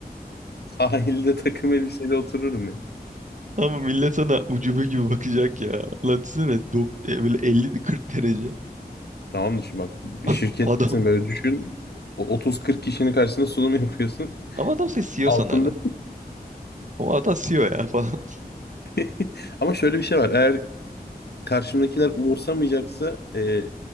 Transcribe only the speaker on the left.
<laughs> sahilde takım elbiseyle otururum ya.
Tamam mı şimdi bak bir
şirkettesin
böyle düşün. O 30-40 kişinin karşısında sunum yapıyorsun.
Altında
<laughs> ama şöyle bir şey var. Eğer karşımdakiler umursamayacaksa e,